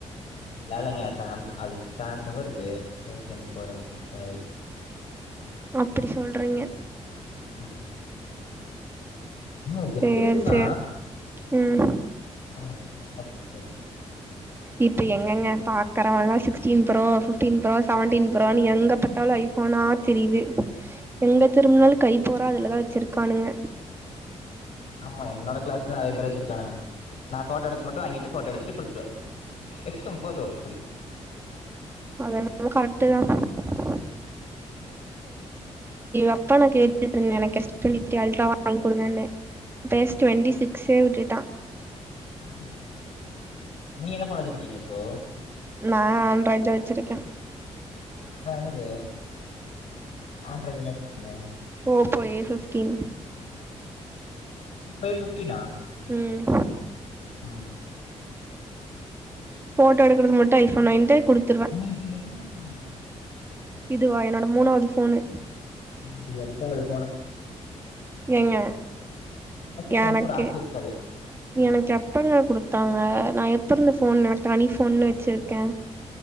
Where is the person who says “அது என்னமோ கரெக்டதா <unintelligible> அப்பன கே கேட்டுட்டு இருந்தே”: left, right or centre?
Right